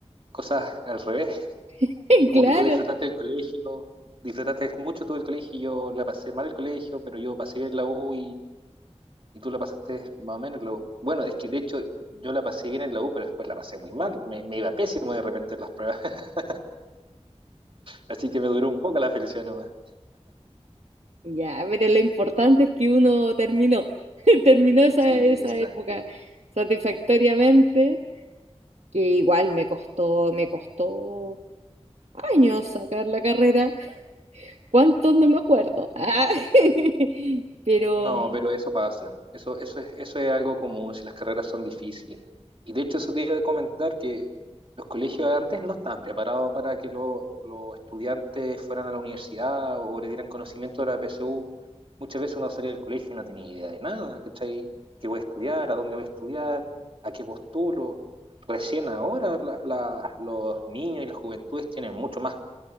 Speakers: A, on the right (about 50°); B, on the right (about 70°).
A: cosas al revés.
B: <laughs>
A: Como
B: Claro.
A: que tú disfrutaste del colegio, disfrutaste mucho tú del colegio. y Yo la pasé mal el colegio, pero yo pasé bien la U Y tú la pasaste más o menos en la U. Bueno, es que de hecho yo la pasé bien en la U, pero después la pasé muy mal. Me, me iba pésimo de repente en las pruebas. <laughs> Así que me duró un poco la felicidad nomás.
B: Ya, pero lo importante es que uno terminó, <laughs> terminó esa,
A: Sí,
B: esa
A: exacto.
B: época satisfactoriamente, que igual me costó, me costó años sacar la carrera, cuántos no me acuerdo, Ah, <laughs> pero
A: No, pero eso pasa. Eso, eso es, eso es algo común si las carreras son difíciles. Y de hecho, eso te iba a comentar que los colegios antes no estaban preparados para que lo- los estudiantes fueran a la universidad o le dieran conocimiento de la PSU. Muchas veces uno salía del colegio y no tenía idea de nada, ¿cachai? ¿Qué voy a estudiar? ¿A dónde voy a estudiar? ¿A qué postulo? Recién ahora la- la- los niños y las juventudes tienen mucho más